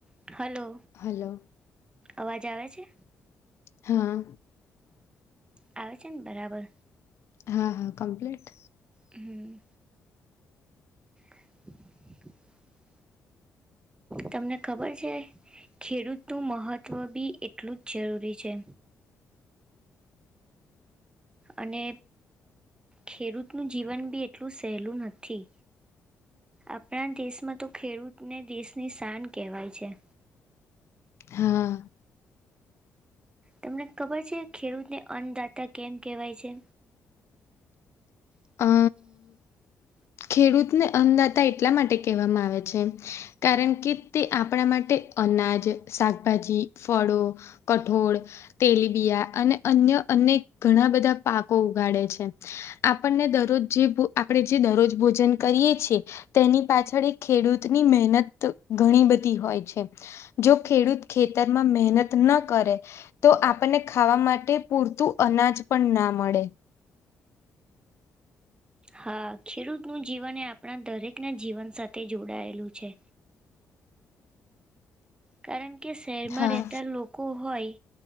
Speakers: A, on the right; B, on the left.
A: હલો
B: હલો
A: અવાજ આવે છે.
B: હા
A: આવે છેને, બરાબર
B: હા હા કમ્પ્લીટ
A: હમ્મ <unintelligible> તમને ખબર છે ખેડૂતનું મહત્ત્વ બી એટલુ જ જરૂરી છે. અને ખેડૂતનું જીવન બી એટલુ સહેલુ નથી આપણા દેશમાં તો ખેડૂતને દેશની શાન કહેવાય છે.
B: હા
A: તમને ખબર છે, ખેડૂતને અન્નદાતા કેમ કહેવાય છે. હમ્મ
B: અ ખેડૂતને અનદાતા એટલા માટે કહેવામાં આવે છે. કારણ કે તે આપણા માટે અનાજ શાકભાજી ફળો કઠોળ તેલીબિયા અને અન્ય અનેક ઘણા બધા પાકો ઉગાડે છે અપ આપણને દરરોજ જે આપણે જે દરરોજ ભોજન કરીએ છે. તેની પાછળ એક ખેડૂતની મહેનત ઘણી બધી હોય છે. જો ખેડૂત ખેતરમાં મહેનત ના કરે તો આપણને ખાવા માટે પૂરતું અનાજ પણ ના મળે.
A: હા ખેડૂત નું જીવન એ આપણા દરેક ના જીવન સાથે જોડાયેલું છે. કારણ કે શહેરમાં
B: હા
A: રહેતા લોકો હોય.